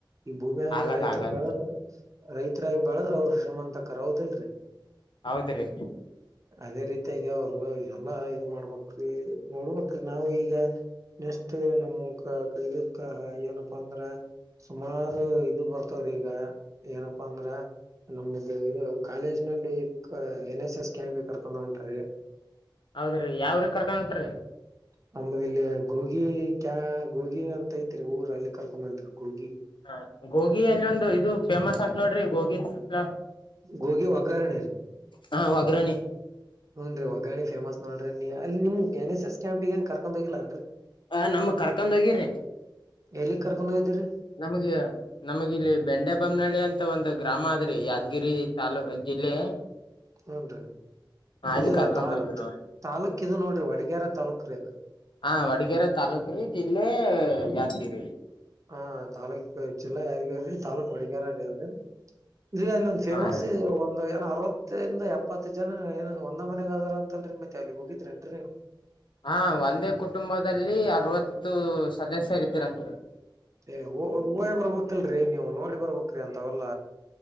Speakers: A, on the right; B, on the left.
A: ಈ ಭೂಮ್ಯಾಗ
B: ಆಗಲ್ಲ
A: ರೈತರ
B: ಆಗಲ್
A: ಬೆಳದ ರೈತರಾಗಿ ಬೆಳದ್ರ ಅವ್ರ ಶ್ರೀಮಂತ ಆಕಾರ ಹೌದಲರಿ.
B: ಹೌದ್ರೀ.
A: ಅದೇ ರೀತಿಯಾಗಿ ಅವರ ಎಲ್ಲಾ ಇದ ಮಾಡಬೇಕ್ರಿ ನಾವ ಈಗ ನೆಸ್ಟ್ ನಮಕ ಕಲಿಕ ಏನಪ್ಪಾ ಅಂದ್ರ ಸುಮಾರು ಇದು ಬರ್ತವ್ರಿ ಈಗ ಏನಪ್ಪಾ ಅಂದ್ರ ನಮ್ದ ಇದ ಕಾಲೇಜ್ ನಲ್ಲಿ ಎನ್ ಎಸ್ ಎಸ್ ಕ್ಯಾಂಪ್ ಕರ್ಕ ಹೊಂಟರೀ.
B: ಹೌದ್ರೀ ಯಾವ್ರಿ ಕರ್ಕೊಂಡ್ಂಟ್ರರಿ.
A: ನಮ್ಮದ ಇಲ್ಲಿ ಗೋಗಿ ಕ್ಯಾ ಗೋಗಿ ಅಂತ ಐತ್ರಿ ಊರ ಅಲ್ಲಿ ಕರ್ಕೊಂಡರಿ ಗೋಗಿ
B: ಹ ಗೋಗಿ ಅಲ್ಲಿ ಒಂದು ಇದು ಫೇಮಸ್ ಅತ್ ನೋಡ್ರಿ ಗೋಗಿದ ಹಲ
A: ಗೋಗಿ ಒಗ್ಗರಣೆ ರೀ
B: ಹ್ನ ವಗ್ರಣಿ
A: ಹುನ್ರಿ ವಗ್ಗನ್ರಿ ಫೇಮಸ್ ನೋಡ್ರಿ ನೀ ಅಲ್ಲಿ ನಿಮಗ್ ಎನ್ ಎಸ್ ಎಸ್ ಕ್ಯಾಂಪ್ ಗ ಏನ್ ಕರ್ಕೊಂಡ ಹೋಗಿಲ್ಲಾ.
B: ಹ ನಮ ಕರ್ಕೊಂಡ ಹೋಗಿರಿ.
A: ಎಲ್ಲಿಗ್ ಕರ್ಕೊಂಡ್ ಹೋಗಿದ್ರಿ
B: ನಮಗೆ ನಮಗಿಲ್ಲಿ ಬೆಂಡೆ ಬೊಮ್ಮ್ನಳ್ಳಿ ಅಂತ ಒಂದ ಗ್ರಾಮ ಅದ್ರಿ ಯಾದಗಿರಿ ತಾಲೂ ಜಿಲ್ಲೆ
A: ಹುನ್ರಿ
B: ಅಲ್ಲಿ
A: ಇದು
B: ಕರ್ಕೊಂಡ್
A: ತಾ
B: ಹೋಗಿರ
A: ತಾಲೂಕ್ ಇದು ನೋಡ್ರಿ ವಡಗ್ಯರ ತಾಲೂಕ್ರೀ ಅದ
B: ಹಾ ವಡಗರೆ ತಾಲೂಕ್ರಿ ಜಿಲ್ಲೆ ಯಾದಗಿರಿ.
A: ಹಾ ತಾಲೂಕ್ ಜಿಲ್ಲಾ ಯಾರಿಗೆರೀ ತಾಲೂಕ್ ಒಡಗಾರ ರೀ ಅಂದ ರಿ ಅಲ್ಲಿ ಒಂದ್ ಫೇಮಸ್
B: ಹಾ ರೀ
A: ಒಂದ ಏನ ಅರವ ಇತ್ತನ ಎಪ್ಪತ್ತ ಜನ ಏನ ಒಂದ ಮನೆಗೆದರ ಅಂತಲ್ರಿ ಮತ್ತೆ ಅಲ್ಲಿ ಹೋಗಿದ್ರೇನ್ರಿ ನೀವ್
B: ಹಾ ಒಂದೇ ಕುಟುಂಬದಲ್ಲಿ ಅರವತ್ತು ಸದಸ್ಯರಿದ್ರಂತರಿ.
A: ಏ ಹ ಊವ ಬರ್ಬೇಕಕ್ಲ್ರರಿ ನೀವು ನೋಡಿ ಬರ್ಬೇಕ್ರಿ ಅಂತವಲ್ಲ.